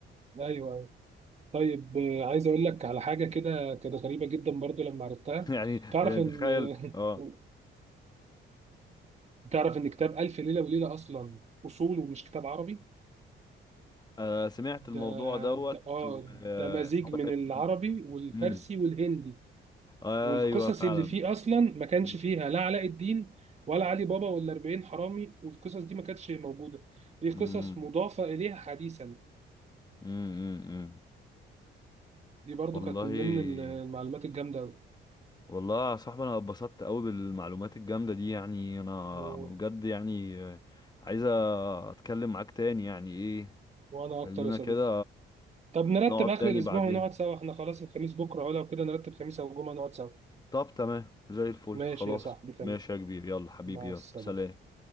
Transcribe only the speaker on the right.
ايوه أيوة. طيب آه، عايز اقول لك على حاجه كده كده غريبه جدا برضو لما عرفتها
تعرف ان
<laughs> تعرف ان كتاب الف ليله وليله اصلا اصوله مش كتاب عربي
ده
ده اه
ده مزيج
من
العربي والفارسي
والهندي
والقصص
اللي فيه اصلا ما كانش
فيها لا علاء الدين ولا علي بابا ولا 40 حرامي والقصص دي ما كانتش موجوده دي قصص
مضافه اليها حديثا
دي برضو
كانت من ضمن المعلومات الجامده قوي
و...
وانا
اكتر يا صديقي
طب نرتب
اخر
الاسبوع
ونقعد سوا احنا خلاص الخميس بكره ولا كده نرتب خميس او جمعه نقعد سوا
ماشي
يا صاحبي تمام
مع
السلامه